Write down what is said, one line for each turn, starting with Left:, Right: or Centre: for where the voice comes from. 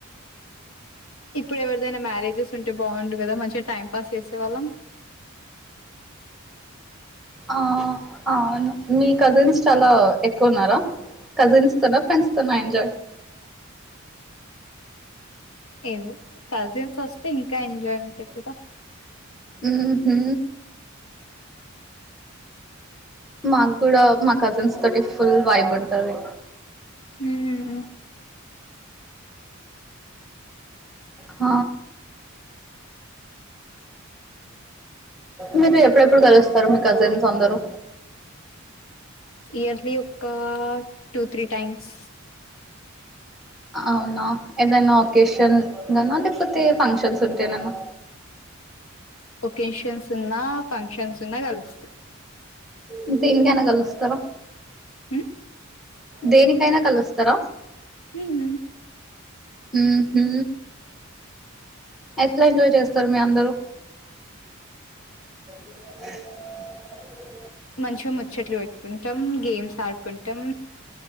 Left: ఇప్పుడు ఎవరిదైనా మ్యారేజెస్ ఉంటే బాగుండు కదా మంచిగా టైం పాస్ చేసేవాళ్ళం
Centre: ఆ అవును మీ కజిన్స్ చాలా ఎక్కువున్నారా. కజిన్స్ తోనా ఫ్రెండ్స్ తోనా ఎంజాయ్
Left: ఏవో కజిన్సోస్తే ఇంకా ఎంజాయ్ ఉంటాంది కదా
Centre: ఊ హు మాకూడా మా కజన్స్ తోటి ఫ్ ఫుల్ వైబుంటది
Left: మ్మ్
Centre: హ మీరు ఎప్పుడెప్పుడు కలుస్తారు మీ కజిన్స్ అందరరూ
Left: ఇయర్లీ ఒక టూ త్రీ టైమ్స్
Centre: అవునా ఏదైనా ఒకేషన్ గనా లేకపోతే ఫంక్షన్స్ ఉంటేనెనా
Left: ఒకేషన్స్ ఉన్నా ఫంక్షన్స్ ఉన్నా కలుస్తా
Centre: ఇంతే ఇంకేనా గలుస్తార
Left: ఉ
Centre: దేనికైనా కలుస్తారా
Left: హ్మ హు
Centre: ఉహు ఎట్ ట్లా ఎంజాయ్ చేస్తారు మీ అందరూ <unintelligible>
Left: మంచిగా ముచ్చట్లు పెట్టుకుంటాం గేమ్స్ ఆడుకుంటాం